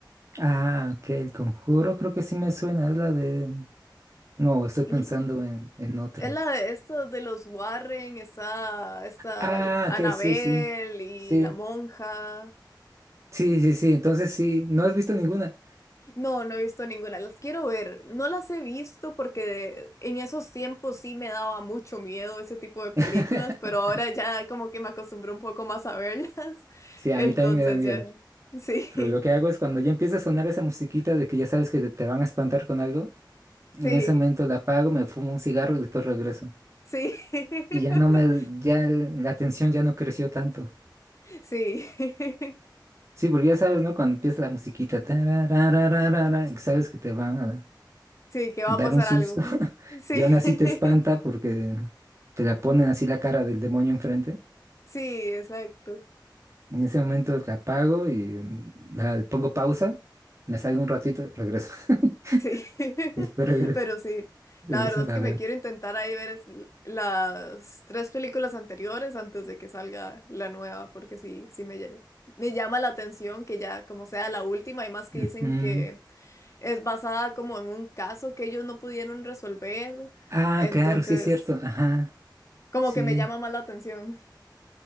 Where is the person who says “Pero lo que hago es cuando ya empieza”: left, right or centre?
Right